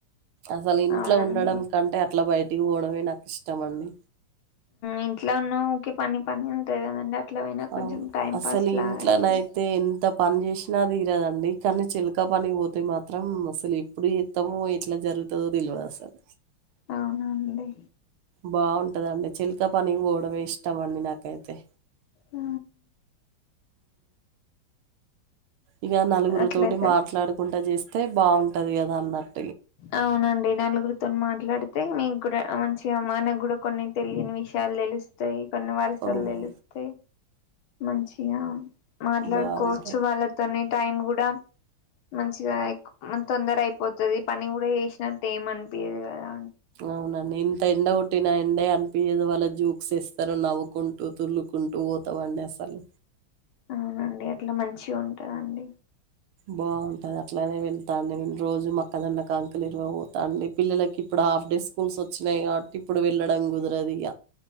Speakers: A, on the right; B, on the left.
A: అసలు ఇంట్లో
B: అవునండి
A: ఉండడం కంటే అట్లా బయట ఇటి పోవడమే నాకు ఇష్టమండి
B: ఇంట్లో ఉన్న ఊకె పని పని ఉంతేయి కదండి అట్లా పోయినా కొంచెం
A: అవును.
B: టైం
A: అసలు
B: పాస్ లా
A: ఇంట్లోనైతే
B: అయితది
A: ఎంత పని చేసినా తీరదండి కానీ చిలకా పనికి పోతే మాత్రం అసలు ఎప్పుడు ఇత్తాముో ఎట్లా జరుగుతుందో తెలియదు అసలు
B: అవునండి
A: బాగుంటదండి చిల్క పనికి పోవడమే ఇష్టం అండి నాకైతే
B: ఆ
A: ఇక నలుగురు
B: అట్లయితేనే
A: తోటి మాట్లాడుకుంటా చేస్తే బాగుంటది కదా నన్నట్
B: అవునండి నలుగురితో మాట్లాడితే మీకు కూడా మంచిగా మా నాకు కూడా కొన్ని తెలియని విషయాలు తెలుస్తాయి ప వారి
A: హ్మ్.
B: చల్లుస్త మంచినా మాట్లాడుకోవచ్చు
A: బావుంటది.
B: వాళ్ళతోనే టైమ్ కూడా మంచిగా తొందర అయిపోతది పని కూడా చేసినట్ట ఏమ అనిపియ్యదు కదా
A: అవునండి ఇంత ఎండ కొట్టిన ఎండ అనిపించదు వాళ్ళ జూక్స్ ఇస్తారు నవ్వుకుంటూ తుల్లుకుంటూ పోతావండి అసలు
B: అవునండి అట్లా మంచి వచ్చి ఉంటారండి
A: బావుంద్ తదఅట్లనే వెళ్తాను నేను రోజు మొక్కజోన్న కంకుల్ ఇరువ పోతాండి పిల్లలకి ఇప్పుడు హాఫ్ డే స్కూల్స్ వచ్చినాయి కాబట్టి ఇప్పుడు వెళ్ళడం కుదరదు ఇగ